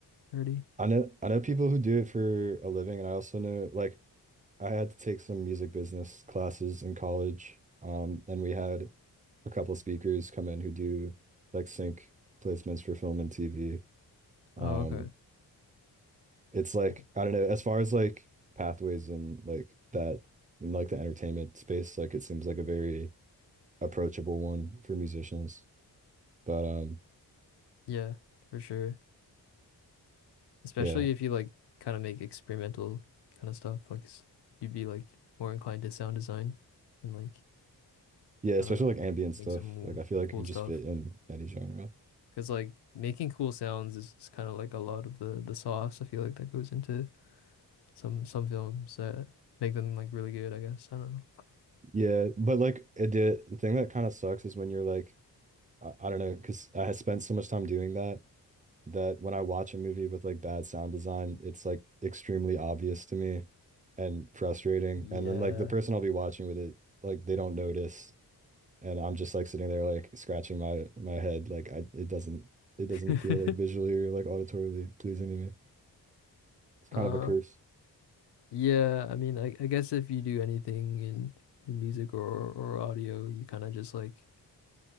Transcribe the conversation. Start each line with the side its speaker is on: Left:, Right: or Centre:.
Left: already?
Right: I know I know people who do it for a living, and I also know like I had to take some music business classes in college. Um, and we had a couple speakers come in who do like sync placements for film and TV. Um,
Left: Oh, okay.
Right: it's like
Left: Cool.
Right: I don't know, as far as like pathways and like that in like the entertainment space, like it seems like a very approachable one for musicians. But um
Left: Yeah, for sure. Especially
Right: yeah.
Left: if you like kind of make experimental kind of stuff, like s- you'd be like more inclined to sound design and like
Right: Yeah, especially
Left: I don't know,
Right: like ambient stuff.
Left: make some cool
Right: Like I feel like
Left: cool
Right: it could just
Left: stuff.
Right: fit in any genre.
Left: Because like making cool sounds is, is kind of like a lot of the the sauce. I feel like that goes into some some films that make them like really good. I guess I don't know.
Right: Yeah, but like it did the thing that kind of sucks is when you're like I, I don't know, because I spent so much time doing that that when I watch a movie with like bad sound design, it's like extremely obvious to me and frustrating.
Left: Yeah.
Right: And then like the person I'll be watching with it, like they don't notice, and I'm just like sitting there like scratching my my head, like I it doesn't it doesn't
Left: <laughs>
Right: feel like visually or like auditorily pleasing to me. It's kind
Left: Uh,
Right: of a curse.
Left: yeah, I mean, I, I guess if you do anything in in music or or audio, you kind of just like